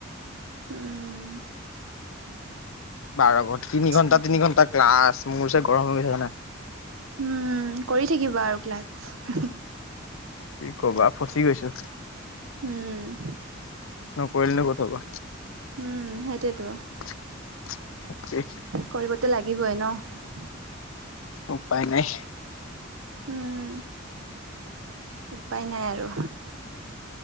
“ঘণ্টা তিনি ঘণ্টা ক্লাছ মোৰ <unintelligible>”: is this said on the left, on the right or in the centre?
Left